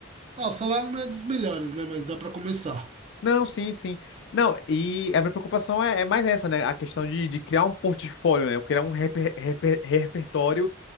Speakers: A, on the right; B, on the left.
A: ah, o salário não é dos melhores, né? Mas dá para começar.
B: Não, sim, sim. Não, e a minha preocupação é, é mais essa, né? A questão de, de criar um portfólio, né? Eu criar um reper- reper- repertório